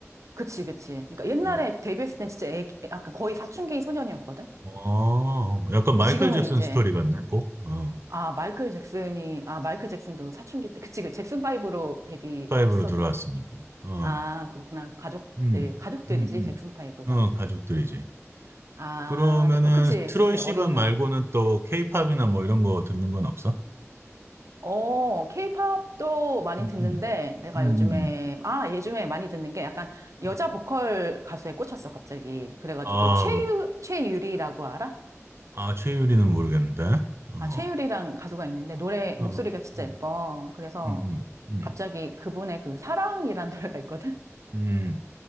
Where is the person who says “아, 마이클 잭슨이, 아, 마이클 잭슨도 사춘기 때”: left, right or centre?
Right